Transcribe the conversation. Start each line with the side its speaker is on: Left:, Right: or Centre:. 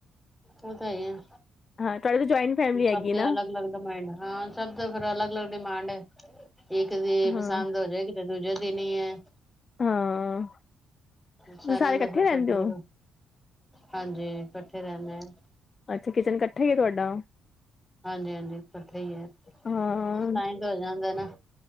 Centre: ਉਹ ਤਾਂ ਹੀ ਹੈ
Left: ਹਾਂ ਤੁਹਾਡੇ ਤਾਂ ਜੁਆਇੰਟ ਫੈਮਿਲੀ ਹੈਗੀ
Centre: ਸਭ ਦੇ
Left: ਨਾ।
Centre: ਅਲੱਗ ਅਲੱਗ ਹਾਂ ਸਭ ਤੋਂ ਫਿਰ ਅਲੱਗ ਅਲੱਗ ਡਿਮਾਂਡ ਐ ਇੱਕ ਦੀ
Left: ਹਾਂ
Centre: ਪਸੰਦ ਹੋ ਜਾਏਗੀ। ਦੂਜੇ ਦਿਨ ਹੀ ਹੈ।
Left: ਹਾਂ।
Centre: ਸਾਰਿਆਂ
Left: ਤੁਸੀਂ ਸਾਰੇ ਇਕੱਠੇ
Centre: ਦਾ ਫਿਰ
Left: ਰਹਿੰਦੇ
Centre: ਸੋਚਦੇ
Left: ਹੋ
Centre: ਹਾਂਜੀ ਇਕੱਠੇ ਰਹਿੰਦੇ ਆ।
Left: ਅੱਛਾ ਕਿਚਨ ਇਕੱਠਾ ਹੀ ਹੈ ਤੁਹਾਡਾ।
Centre: ਹਾਂਜੀ ਹਾਂਜੀ ਇਕਠੇ ਹੀ ਐ
Left: ਹਾਂ
Centre: ਤਾਂ ਹੀ ਤੇ ਹੋ ਜਾਂਦਾ ਨਾ।